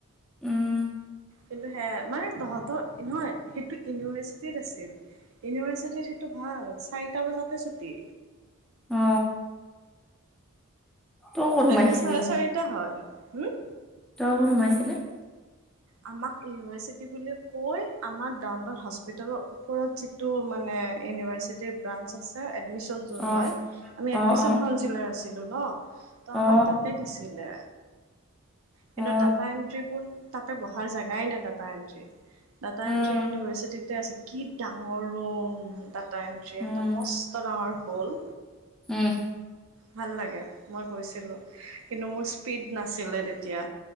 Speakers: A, in the centre; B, on the right (about 75°).
A: উম।
B: কিন্তু সেয়া মানে তহঁতৰ নহয় সেইটো ইউনিভাৰ্চিটিত আছিল। ইউনিভাৰ্চিটিত সেইটো ভাল চাৰিটা বজাতে ছুটি।
A: অ। তই ক'ত সোমাইছিলি
B: এহে চাৰে চাৰিটা হয় হুম।
A: ত ঘৰত সোমাইছিলে।
B: আমাক ইউনিভাৰ্চিটি বুলি কৈ আমাৰ ডাউন টাউন হস্পিতেল ওপৰত যিটো মানে ইউনিভাৰ্চিটিৰ ব্ৰাঞ্চ আছ- এ এডমিশ্যন য'ত
A: অ
B: হয় আমি এডমিশ্যন
A: অ অ
B: কনচিলাৰ আছিল ন। ত' আমাক
A: অ
B: তাতে দিছিলে। কিন্তু
A: অ
B: ডাটা এণ্ট্ৰিবোৰ তাতে বহাৰ জেগাই নাই ডাটা এণ্ট্ৰি ডাটা
A: উম
B: এণ্ট্ৰি ইউনিভাৰ্চিটিত ততে আছে কি ডাঙৰ ৰুম ডাটা এন্ট্ৰি
A: উম
B: এটা মস্ত ডাঙৰ হ'ল।
A: উম।
B: ভাল লাগে মই গৈছিলো কিন্তু মোৰ স্পীড নাছিলে। তে- এতিয়া